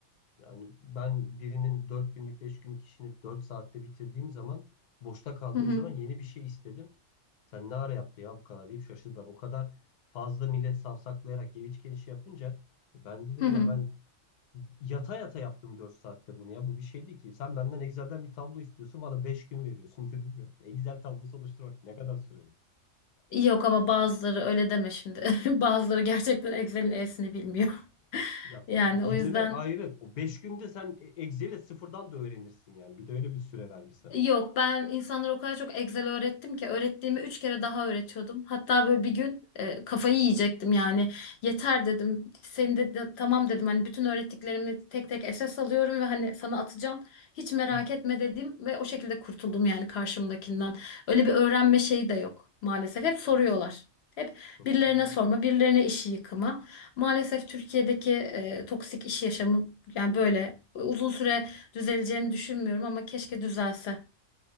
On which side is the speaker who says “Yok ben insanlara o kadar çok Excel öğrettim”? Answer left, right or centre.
Left